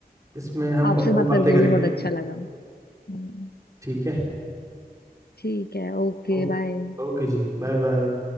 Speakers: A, on the right; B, on the left.
A: इसमें हम
B: आपसे
A: और
B: बात
A: भी बातें
B: करके
A: करेंगे
B: भी बहुत अच्छा लगा हम्म,
A: ठीक है
B: ठीक है ओके
A: ओ-
B: बाय
A: ओके जी बाय बाय